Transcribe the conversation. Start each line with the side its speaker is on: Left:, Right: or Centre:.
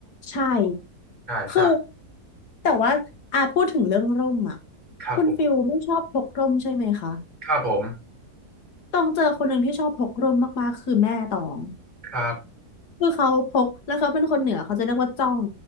Left: ใช่
Right: ใช่ใช่
Left: คือแต่ว่าอ่ะพูดถึงเรื่องร่มอ่ะ
Right: ครับผม
Left: คุณฟิลไม่ชอบพกร่มใช่ไหมคะ
Right: ครับผม
Left: ต้องเจอคนหนึ่งที่ชอบพกร่มมากๆคือแม่ตอง
Right: ครับ
Left: คือเขาพกแล้วเขาเป็นคนเหนือเขาจะเรียกว่าจ้อง